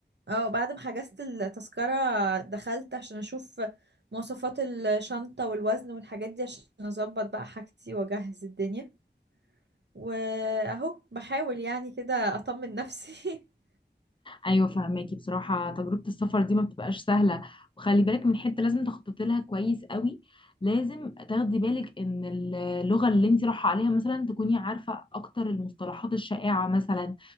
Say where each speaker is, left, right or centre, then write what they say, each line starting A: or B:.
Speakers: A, on the right; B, on the left.
A: اه بعد ما حجزت التذكرة دخلت عشان اشوف مواصفات الشنطة والوزن والحاجات دي عشان اظبط بقى حاجتي واجهز الدنيا واهو بحاول يعني كده اطمن نفسي <laughs>
B: ايوه فهماكي بصراحه تجربه السفر دي ما بتبقاش سهله وخلي بالك من حته لازم تخططي لها كويس قوي لازم تاخدي بالك ان اللغه اللي انت رايحه عليها مثلا تكوني عارفه اكتر المصطلحات الشائعه مثلا